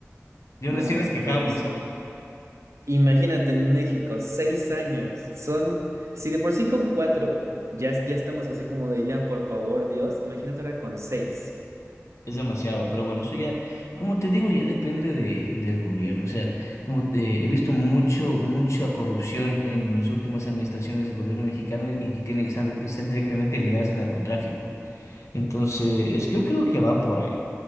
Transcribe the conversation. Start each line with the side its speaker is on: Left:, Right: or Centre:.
Left: Yo
Right: No
Left: aún así nos quejamos.
Right: puede ser. Imagínate en México, seis años. Son, si de por sí con cuatro ya, es- ya estamos así como de ya, por favor, Dios, imagínate ahora con seis.
Left: Es demasiado, pero bueno, eso ya, como te digo, ya depende de, del gobierno. O sea, como te, he visto mucho, mucha corrupción en las últimas administraciones del gobierno mexicano y que tienen, están, están directamente ligadas al narcotráfico. Entonces, yo creo que va por ahí.